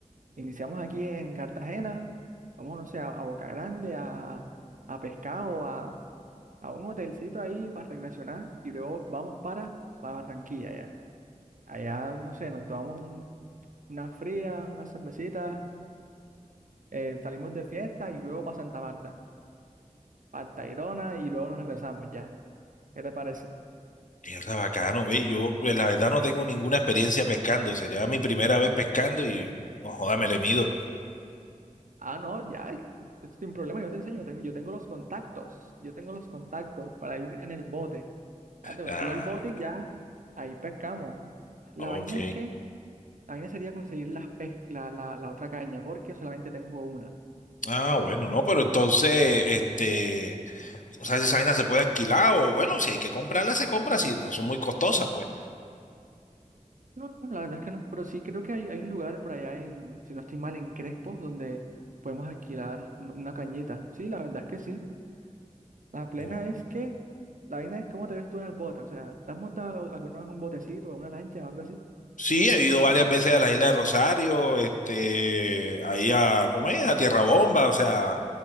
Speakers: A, on the right; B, on the left.
A: Iniciamos aquí en Cartagena, vamos, no sé, a, a Boca Grande, a, a pescar o a a un hotelcito ahí para recreacionar y luego vamos para, para Barranquilla ya. Allá, no sé, nos tomamos un- una fría, una cervecita, eh, salimos de fiesta y luego para Santa Marta, para Tayrona y luego nos regresamos ya. ¿Qué te parece?
B: Mierda, bacano, ve, yo pues, la verdad no tengo ninguna experiencia pescando, sería mi primera vez pescando y no joda, me le mido.
A: Ah, no, ya, eh, sin problema, yo te enseño, yo tengo, yo tengo los contactos, yo tengo los contactos para ir en el bote. Ya te consigo
B: Ah,
A: el bote y ya, ahí pescamos. La
B: ok.
A: vaina es que, la vaina sería conseguir las pes- la, la la otra caña, porque solamente tengo una.
B: Ah, bueno, no, pero entonces, este, o sea, si esa vaina se puede alquilar o bueno, si hay que comprarla, se compra, si no son muy costosas, pues.
A: No, no, la verdad es que no, pero sí creo que hay, hay un lugar por allá en, si no estoy mal, en Crespo, donde podemos alquilar un- una cañita. Sí, la verdad es que sí. La plena
B: No.
A: es que, la vaina es cómo te ves tú en el bote, o sea, ¿te has montado alguna vez un botecito o una lancha o algo así?
B: Sí, he ido varias veces a la isla de Rosario, este, ahí a, comer, A Tierra Bomba, o sea,